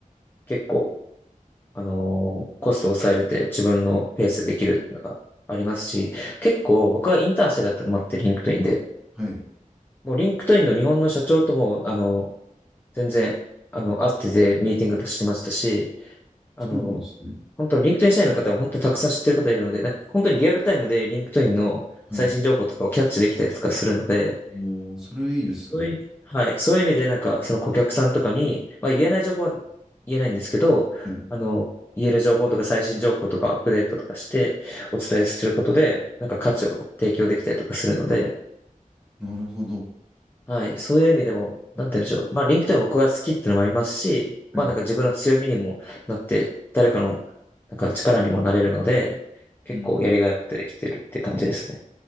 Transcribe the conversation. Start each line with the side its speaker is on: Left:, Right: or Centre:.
Left: 結構、あのーコストを抑えれて自分のペースでできるのがありますし、結構僕はインターンしてだったのもあって、リンクトインで。
Centre: はい。
Left: もうリンクトインの日本の社長とも、あの、全然、あの、会っててミーティングとかしてましたし、あの、
Centre: そうなんですね。
Left: 本当にリンクトイン社員の方は本当にたくさん知ってる方いるので、なんか本当にリアルタイムでリンクトインの最新情報とかをキャッチできたりとかするので、
Centre: はい。もう、それはいいですね。
Left: そういう、はい。そういう意味で、なんか、その顧客さんとかに、まあ言えない情報は言えないんですけど、
Centre: はい。
Left: あの、言える情報とか最新情報とかアップデートとかしてお伝えすることで、なんか価値を提供できたりとかするので、
Centre: なるほど。
Left: はい。そういう意味でも、
Centre: えー
Left: なんて言うんでしょう。まあ、リンクトインは僕が好きってのもありますし、
Centre: はい。
Left: まあなんか自分の強みにもなって、誰かの、なんか力にもなれるので、結構やりがいを持ってできてるって感じですね。
Centre: うん。